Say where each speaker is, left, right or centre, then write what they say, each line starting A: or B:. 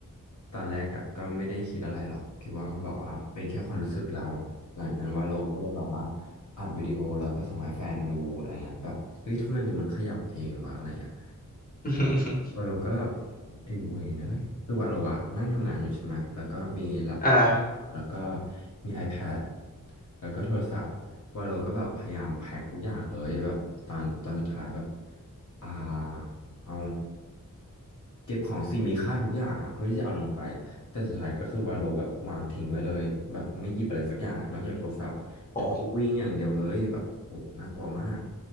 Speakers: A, on the left; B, on the left.
A: ตอนแรกอะก็ไม่ได้คิดอะไรหรอกคิดว่ามันแบบว่าเป็นแค่ความรู้สึกแล้วหลังจากนั้นวาโลก็เลยแบบว่าอัดวิดีโอแล้วก็ส่งให้แฟนดูอะไรเงี้ยแบบเฮ้ยทำไมนี่มันขยับเองวะอะไรเงี้ย
B: <laughs>
A: วาโลก็แบบไอ้เวยเนยคือวาโลอะนั่งทำงานอยู่ใช่ไหมแล้วก็มีแล็ปท็อปแล้วก็
B: อ่า
A: มี iPad แล้วก็โทรศัพท์วาโลก็แบบพยายามแพ็คทุกอย่างเลยแบบตอนตอนสุดท้ายแบบอ่าเอา เก็บของสิ่งมีค่าทุกอย่างอ่ะเพื่อที่จะเอาลงไปแต่สุดท้ายก็คือวาโลแบบวางทิ้งไว้เลยแบบไม่หยิบอะไรสักอย่างอะนอกจากโทรศัพท์แล้วก็วิ่งอย่างเดียวเลยแบบโหน่ากลัวมาก
B: โห